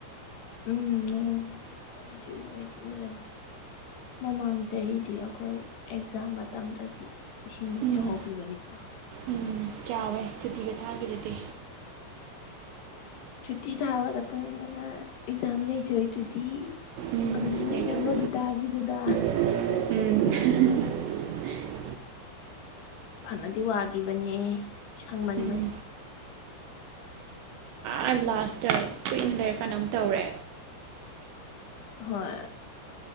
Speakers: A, on the left; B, on the right.
A: ꯎꯝ ꯅꯣꯡ ꯃꯇꯝꯗꯤ ꯑꯣꯏꯗꯤ ꯑꯣꯏꯔꯝꯅꯦ ꯃꯃꯥꯡ ꯆꯍꯤꯗꯤ ꯑꯩꯈꯣꯏ ꯑꯦꯛꯖꯥꯝ ꯃꯇꯝꯗꯗꯤ ꯏꯁꯤꯡ
B: ꯎꯝ
A: ꯆꯥꯎꯈꯤꯕꯅꯤꯀꯣ
B: ꯎꯝ ꯆꯥꯎꯋꯦ ꯁꯨꯇꯤꯒ ꯊꯥꯈ꯭ꯔꯤꯗꯨꯗꯤ
A: ꯁꯨꯇꯤ ꯊꯥꯕ ꯈꯛꯇ ꯅꯠꯇꯅ ꯑꯦꯛꯖꯥꯝ ꯌꯩꯊꯣꯛꯢꯗꯨꯗꯤ
B: ꯎꯝ
A: ꯑꯗꯨꯁꯨ
B: ꯌꯩꯊꯣꯛ
A: ꯃꯦꯝ ꯔꯣꯕꯤ ꯇꯒꯤꯗꯨꯗ
B: ꯎꯝ
A: ꯐꯅꯗꯤ ꯋꯥꯈꯤꯕꯅꯦ ꯁꯪ ꯃꯟꯕꯩ
B: ꯎꯝ ꯑꯥ ꯂꯥꯁꯇ ꯀꯨꯏꯅ ꯂꯩꯔ ꯀꯥꯟꯗ ꯑꯃꯨꯛ ꯇꯧꯔꯦ
A: ꯍꯣꯏ